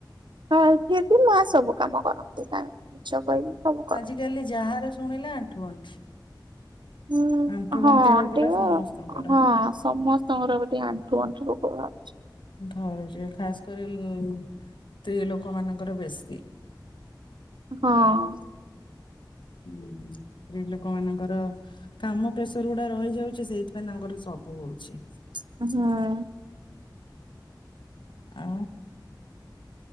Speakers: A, on the right; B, on the left.
A: ହଁ କୀନ୍ତୁ ମା ସବୁ କାମ କରନ୍ତି କାହିଁକି ମିଛ କହିବି <unintelligible>
B: ଆଜି କାଲି ଯାହାର ଶୁଣିଲେ ଆଣ୍ଠୁ ଗଣ୍ଠି।
A: ଉଁ
B: ଆଣ୍ଠୁ
A: ହଁ
B: ଗଣ୍ଠି ରୋଗ
A: ଟିକେ
B: ଟା ସମସ୍ତଙ୍କର।
A: ହଁ ସମସ୍ତଙ୍କର ବି ଟିକେ ଆଣ୍ଠୁ ଆଣ୍ଠୁ ରୋଗ ବାହାରୁଛି।
B: ଧରୁଛି ଖାସ କରି ସ୍ତ୍ରୀ ଲୋକ ମାନଙ୍କର ବେଶୀ।
A: ହଁ।
B: ହୁଁ ସ୍ତ୍ରୀ ଲୋକ ମାନଙ୍କର କାମ ପ୍ରେସର ଗୁଡା ରହିଯାଉଛି ସେଇଥିପାଇଁ ତାଙ୍କର ସବୁ ହଉଛି।
A: ହୁଁ।
B: ଆଉ